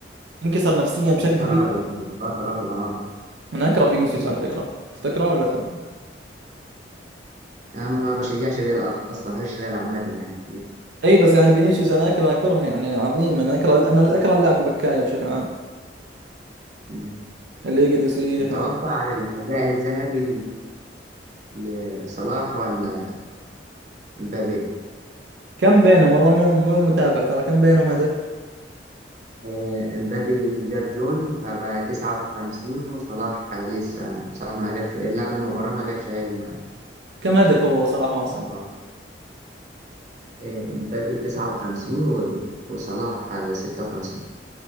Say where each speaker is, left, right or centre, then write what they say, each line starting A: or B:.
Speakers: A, on the right; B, on the right.
A: منكسر نفسيا بشكل
B: تراجع
A: كبير
B: آه، تراجع اه
A: انا اكره فينيسيوس على فكرة أنت تكرهه ولا تحبه
B: انا ما بشجعش ريال اصلا ما بحبش ريال عامه يعني
A: اي بس يعني فينيسيوس انا اكره كره يعني عظيم انا اكره انا اكره اللاعب البكاية بشكل عام
B: مم.
A: اللي يقعد يصيح
B: متوقع
A: و...
B: عن الحذاء الذهبي ل- لصلاح ولا مبابي
A: كم بينهم والله مو مو متابع ترى كم بينهم هدف
B: آه، مبابي جاب جون فبقى 59 وصلاح لسه صلاح ما جابش لعب المباراة ما جابش أي جون يعني
A: كم هدف هو صلاح واصل
B: أربعة آه، مبابي 59 و- وصلاح آه، 56